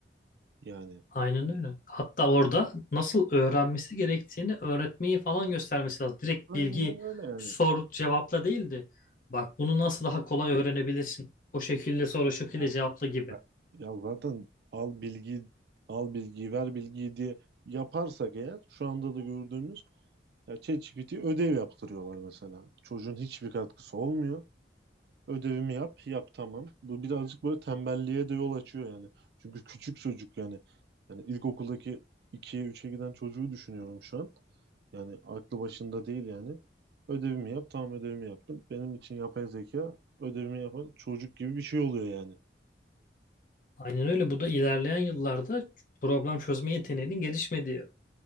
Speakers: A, on the right; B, on the left.
A: Yani
B: Aynen öyle. Hatta orada nasıl öğrenmesi gerektiğini öğretmeyi falan göstermesi lazım. Direkt
A: aynen
B: bilgi
A: öyle yani.
B: sor cevapla değildi. Bak bunu nasıl daha kolay öğrenebilirsin. O şekilde sor, o şekilde
A: Ya
B: cevapla gibi.
A: Ya zaten al bilgiyi al bilgiyi ver bilgiyi diye yaparsak eğer şu anda da gördüğümüz ya ChatGPT ödev yaptırıyorlar mesela. Çocuğun hiçbir katkısı olmuyor. Ödevimi yap, yap tamam. Bu birazcık böyle tembelliğe de yol açıyor yani. Çünkü küçük çocuk yani. Yani ilkokuldaki ikiye üçe giden çocuğu düşünüyorum şu an. Yani aklı başında değil yani. Ödevimi yap, tamam ödevimi yaptım. Benim için yapay zeka ödevimi yapan çocuk gibi bir şey oluyor yani.
B: Aynen öyle. Bu da ilerleyen yıllarda problem çözme yeteneğinin gelişmediği